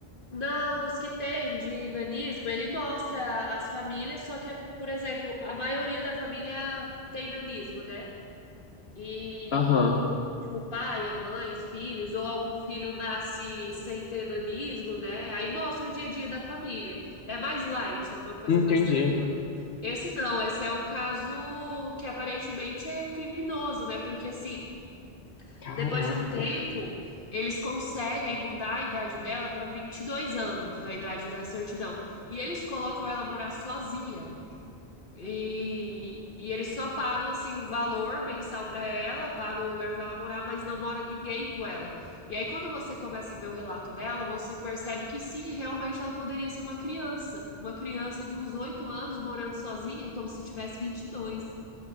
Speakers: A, on the left; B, on the left.
A: Não, os que têm de nanismo, ele mostra as famílias, só que, por exemplo, a maioria da família tem nanismo, né? e
B: Aham,
A: tipo o pai, a mãe, os filhos, ou algum filho nasce sem ter nanismo, né? Aí mostra o dia a dia da família. É mais light, é uma coisa
B: entendi.
A: mais tranquila. Esse não, esse é um caso que aparentemente é criminoso, né? Porque assim,
B: Caraca,
A: depois de um tempo, eles conseguem mudar a idade dela para 22 anos, a idade da certidão. E eles colocam ela morar sozinha. E, e eles só pagam assim um valor mensal pra ela, pagam um lugar pra ela morar, mas não mora ninguém com ela. E aí quando você começa a ver o relato dela, você percebe que sim, realmente ela poderia ser uma criança, uma criança de uns 8 anos morando sozinha, como se tivesse vinte e dois.